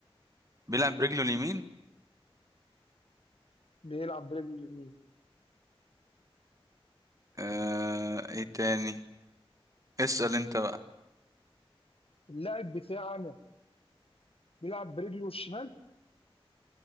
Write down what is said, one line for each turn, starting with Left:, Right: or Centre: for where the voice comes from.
Right: بيلعب برجله اليمين
Left: بيلعب برجله اليمين
Right: آه... ايه تاني اسأل أنت بقى
Left: اللاعب بتاعنا بيلعب برجله الشمال